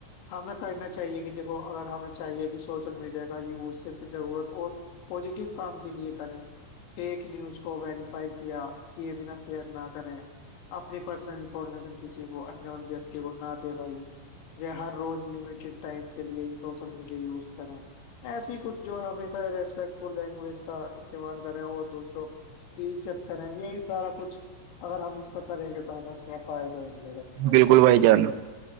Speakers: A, on the left (about 85°); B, on the right (about 85°).
A: ہمیں کرنا چاہیے کہ دیکھو اگر ہمیں چاہیے کہ سوشل میڈیا کا یوز صرف ضرورت اور پزیٹیو کام کے لیے کریں فیک نیوز کو ویریفائی کیا کہ بنا شیئر نہ کریں اپنی پرسنل انفارمیشن کسی کو وہ نہ دے بھائی یہ ہر روز لمیٹیڈ ٹائم کے لیے ہی سوشل میڈیا یوز کریں ایسی ہی کچھ جو ہمیشہ ریسپیکٹ فل لینگویج کا استعمال کریں اور دوسروں چت کریں یہی سارا کچھ اگر ہم اس پہ کریں گے تو ہمیں تھوڑا فائدہ ہی ملے گا فائدہ
B: بالکل بھائی جانا